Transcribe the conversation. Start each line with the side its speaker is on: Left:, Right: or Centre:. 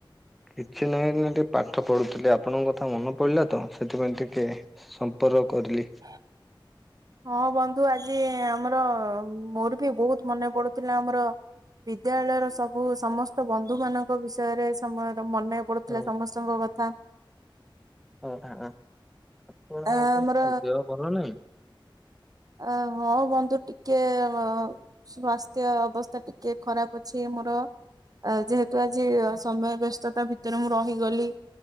Centre: କିଛି ନାହିଁ ନା ଟିକେ ପାଠ ପଢୁଥିଲି ଆପଣଙ୍କ କଥା ମନେ ପଡିଲା ତ ସେଥିପାଇଁ ଟିକେ ସମ୍ପର୍କ କରଖୁଥିଲି।
Right: <inaudible> ହଁ ବନ୍ଧୁ ଆଜି ଆମର ମୋର ବି ବହୁତ ମନେ ପଡୁଥିଲା ଆମର ବିଦ୍ୟାଳୟର ସବୁ ସମସ୍ତ ବନ୍ଧୁ ମାନଙ୍କ ବିଷୟରେ ସମ ମନେ ପଢୁଥିଲା
Centre: ହଁ
Right: ସମସ୍ତଙ୍କ କଥା।
Centre: ହ ଆପଣଙ୍କ
Right: ଆ ଆମର
Centre: ଦେହ ଭଲ ନାହିଁ?
Right: ଅ ହଁ ବନ୍ଧୁ ଟିକେ ଅ ସ୍ଵାସ୍ଥ୍ୟ ଅବସ୍ଥା ଟିକେ ଖରାପ ଅଛି ମୋର। ଅ ଯେହେତୁ ଆଜି ସମୟ ବ୍ୟସ୍ତତା ଭିତରେ ମୁଁ ରହିଗଲି